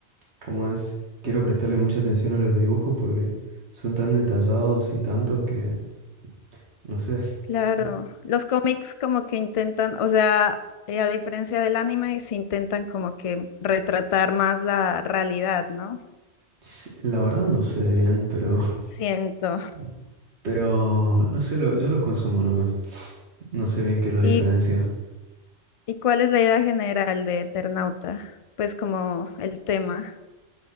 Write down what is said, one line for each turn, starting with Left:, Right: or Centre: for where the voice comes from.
Right: como es, quiero prestarle mucha atención a los dibujos porque son tan detallados y tantos que, no sé,
Left: claro.
Right: <laughs>
Left: Los cómics como que intentan, o sea, eh, a diferencia del anime, se intentan como que retratar más la realidad, ¿no?
Right: s- la verdad no sé bien, pero
Left: Siento.
Right: <laughs> Pero no sé, lo- yo los consumo nomás. No sé bien qué lo diferencia.
Left: ¿Y, y cuál es la idea general de Eternauta? Pues como el tema.